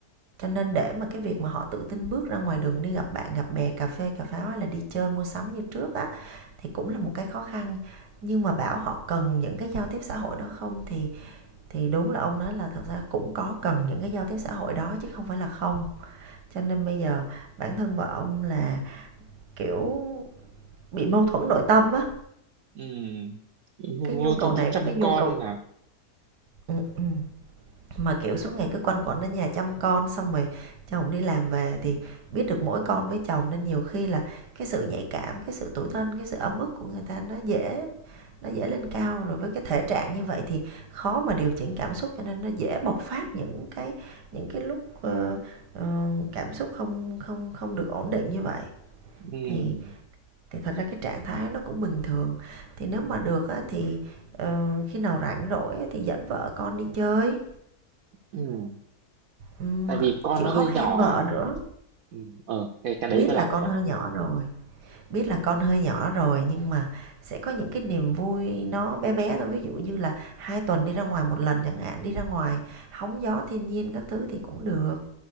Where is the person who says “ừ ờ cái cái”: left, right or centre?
Right